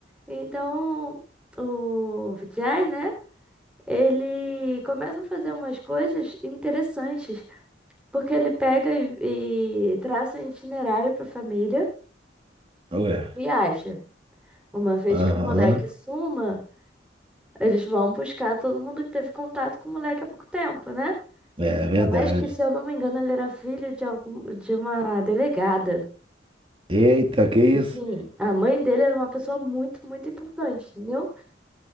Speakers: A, in the centre; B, on the right.
A: Então o Vijay, né? Ele começa a fazer umas coisas interessantes, porque ele pega e, e traça um itinerário para a família
B: ué.
A: e viaja. Uma vez
B: Aham.
A: que o moleque suma. Eles vão buscar todo mundo que teve contato com o moleque há pouco tempo, né?
B: É verdade.
A: Ainda mais que, se eu não me engano, ele era filho de algum, de uma delegada.
B: Eita, que isso?
A: Enfim, a mãe dele era uma pessoa muito, muito importante, entendeu?